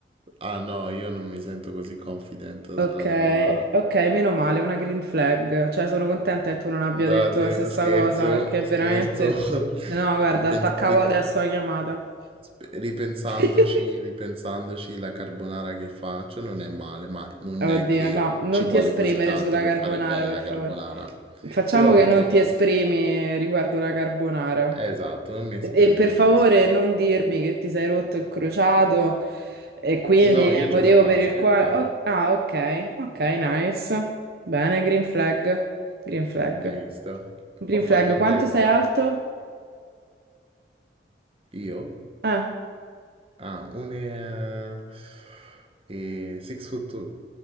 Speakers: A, on the right; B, on the right.
A: Ah no, io non mi sento così confident
B: Ok,
A: sulla carbonara.
B: ok, meno male, una green flag. Cioè, sono contenta che tu non abbia
A: No,
B: detto
A: Tierno,
B: la stessa
A: scherzo,
B: cosa, perché veramente...
A: scherzo. <laughs>
B: No, guarda,
A: Pens-
B: attaccavo
A: rip-
B: adesso la chiamata.
A: sp- ripensandoci,
B: <laughs>
A: ripensandoci, la carbonara che faccio non è male, ma non
B: Oddio,
A: è che
B: no, non
A: ci vuole
B: ti esprimere
A: così tanto
B: sulla
A: per
B: carbonara,
A: fare bene
B: per
A: la
B: favore.
A: carbonara.
B: Facciamo
A: Però
B: che
A: altre
B: non
A: cose.
B: ti esprimi riguardo la carbonara.
A: Esatto, non mi esprimo,
B: E per
A: non
B: favore
A: mi esprimo.
B: non dirmi che ti sei rotto il crociato e quindi
A: No,
B: è
A: io
B: il motivo
A: gioco a
B: per
A: basket.
B: il quale... oh, ah, ok, ok, nice. Bene, green flag, green flag.
A: Eh, Hai visto?
B: Green
A: Ho fatto
B: flag,
A: atletica.
B: quanto sei alto?
A: Io?
B: Eh.
A: Ah, uno è, è 6 foot 2.